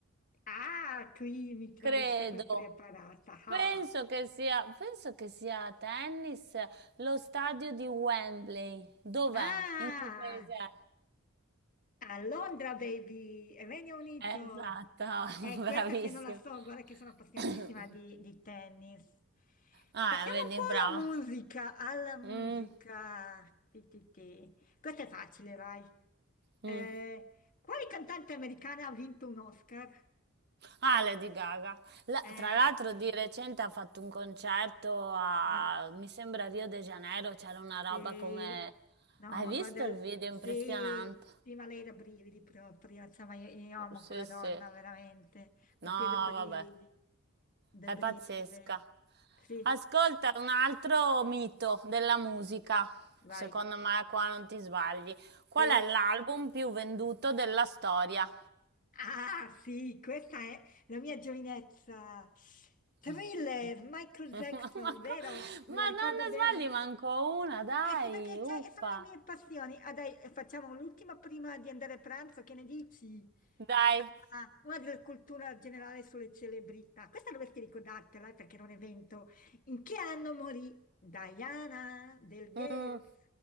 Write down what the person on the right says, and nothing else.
Credo.
Penso che sia, penso che sia a tennis lo stadio di Wembley. Dov'è?
In che paese è?
Eh, Esatto,
<laughs> bravissimo.
<coughs>
Ah,
vedi,
bravo.
Mm,
mm.
Ah, Lady Gaga. La-
tra l'altro di recente ha fatto un concerto a,
mi sembra, Rio de Janeiro, c'era una roba
come...
Hai
visto
il video?
Impressionante.
Sì,
sì.
No,
vabbè,
è
pazzesca.
Ascolta un altro mito della musica.
Secondo me qua non ti sbagli. Qual
è l'album più venduto della storia?
<laughs>
Ma,
co-
ma
non ne
sbagli manco una, dai,
uppa.
Dai.
Mm.